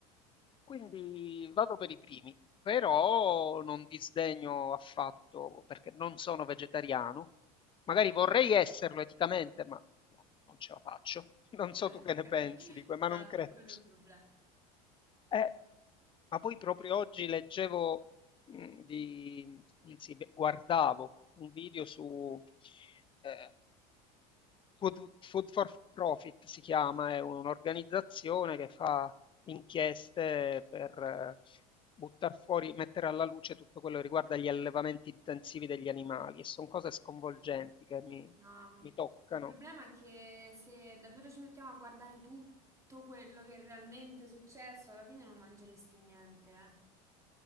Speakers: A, on the left (about 25°); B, on the right (about 15°).
A: Quindi vado per i primi, però non disdegno affatto perché non sono vegetariano. Magari vorrei esserlo eticamente, ma no, non ce la faccio. <laughs> Non so
B: Eh,
A: tu
B: <laughs>
A: che ne pensi di que- ma
B: esatto,
A: non credo.
B: è quello il problema.
A: Eh, ma poi proprio oggi leggevo, mh, di, anzi, beh, guardavo un video su, eh, Food Food for Profit si chiama, è un'organizzazione che fa inchieste per eh, buttar fuori, mettere alla luce tutto quello che riguarda gli allevamenti intensivi degli animali e sono cose sconvolgenti
B: No,
A: che mi,
B: no, mm,
A: mi toccano.
B: il problema è che se davvero ci mettiamo a guardare tutto quello che è realmente successo, alla fine non mangeresti niente, eh.